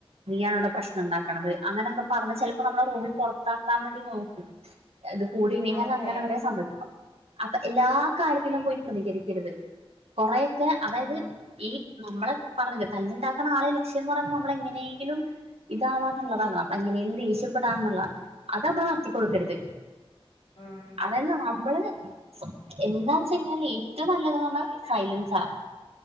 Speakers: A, on the right; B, on the left.
A: നീയാണിവിടെ പ്രശ്നം ഇണ്ടാക്കണത് അങ്ങനെയൊക്കെ പറഞ്ഞ് ചിലപ്പോ നമ്മളെ റൂമിൽ പൊറത്താക്കാൻ വേണ്ടി നോക്കും അത് കൂടിയ്ഞ്ഞഞ്ഞാൽ
B: അതെ
A: അങ്ങനെ വരെ സംഭവിക്കും അപ്പൊ എല്ലാ കാര്യത്തിലും പോയി പ്രതികരിക്കരുത് കുറെയൊക്കെ അതായത്
B: ഉം
A: ഈ <unintelligible> നമ്മളെ പറഞ്ഞത് തല്ല്ണ്ടാക്ക്ണ ആളെ ലക്ഷ്യം എന്ന് പറയുമ്പോ നമ്മളെ എങ്ങനേങ്കിലും ഇതാവാന്ന്ള്ളതാണ് അപ്പ എങ്ങനേലും ദേഷ്യം പ്പെടാന്ന്ള്ള അതവാത്തി കൊട്ക്കരുത്
B: അതെ ഉം
A: അതായത് നമ്മള് സ്വ എന്താന്ന്ച്ച് കൈഞ്ഞാല് ഏറ്റവും നല്ലത് പറഞ്ഞാൽ സാ